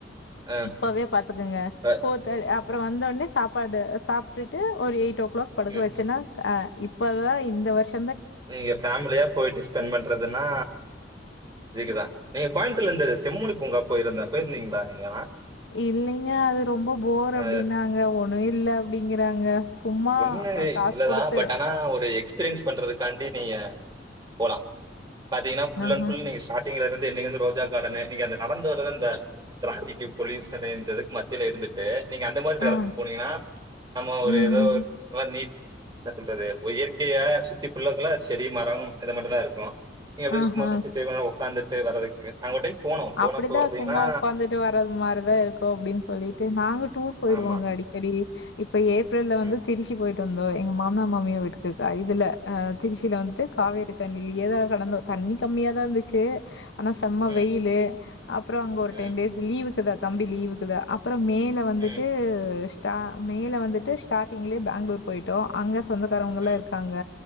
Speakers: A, on the right (about 25°); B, on the left (about 75°).
A: ஆ.
B: இப்பவே பாத்துக்குங்க
A: அ.
B: ஃபோர் த அப்புறோ வந்தொடனே சாப்பாடு சாப்ட்டுட்டு ஒரு எயிட் ஓ க்ளாக் படுக்க
A: ம்.
B: வச்சுன்னா அ இப் தா இந்த வருஷ்
A: நீங்க ஃபேமிலியா போயிட்டு ஸ்பெண்ட் பண்றதுன்னா இதுக்குதா நீங்க கோயம்பத்துர்ல இந்த செம்மொழி பூங்கா போயிருந்தே போயிருந்தீங்களா நீங்கலாம்?
B: இல்லைங் ய அ ரொம்ப போர்
A: அ
B: அப்டின்னாங்க ஒண்ணு இல்ல அப்டிங்கிறாங்க சும்மா
A: ஒண்ணுமே
B: அ காசு
A: இல்லதா
B: குடுத்து
A: பட் ஆனா ஒரு எக்ஸ்பீரியன்ஸ் பண்றதுக்காண்டி நீங்க போலா பாத்தீங்கன்னா ஃபுல்
B: ஆஹ.
A: அண்ட் ஃபுல் நீங்க ஸ்டாட்டிங்லருந் து இங்கிருந்து ரோஜா கார்டனு நீங்க அந்த நடந்துவரத அந்த ட்ராபிக் பொல்யுஷனு இந்ததுக்கு மத்தியில இருந்துட்டு நீங்க அந்த மாரி இந்த எடத்துக்கு
B: ஆ.
A: போனீங்கன்னா நம்ம ஒரு
B: ம்ஹ்ம்.
A: ஏதோ ஒரு நல்லா நீட் என்ன சொல்றது ஒரு இயற்கைய சுத்தி புள்ளுருக்குள்ள செடி மரம் இது மட்டும் தா இருக் கு நீங்க அப்டி
B: ஆஹ.
A: சும்மா சுத்திட் கொஞ் நேரோ ஒக்காந்துட் ட்டு வரத்துக்கு அங்க ஒரு டைம் போனோம். போனப்போ
B: அப்படிதா
A: பாத்தீங்கன்னா
B: சும்மா உக்காந்துட்டு வர்றது மாதிரிதா இருக்கு அப்டின்னு சொல்லிட்டு நாங்க டூர் போயிருவோங்க
A: ஆமா.
B: அடிக்கடி இப்ப ஏப்ரல்ல வந்து
A: ம்.
B: திருச்சி போயிட் ட்டு வந்தோ எங்க மாமனா மாமியா வீட்டுக்கு இதுல அஹ் திருச்சில வந்துட்டு காவேரி தண்ணிலயே தா கடந்தோ தண்ணி கம்மியாதா இருந்துச்சு ஆனா செம்ம
A: ம்.
B: வெயில் கு அப்புற அங்க ஒரு
A: ம்.
B: டென் டேஸ் லீவ் இருக்குதா தம்பி லீவுக்குது அப் அப்றம் மேல வந்துட்டு
A: ம்.
B: ஸ்டா மேய்ல வந்துட்டு ஸ்டார்டிங்லயே பேங்ளூர் போயிட்டோ அங்க சொந்தக்காரவங்க எல்லா
A: ம்,
B: இருக்காங்க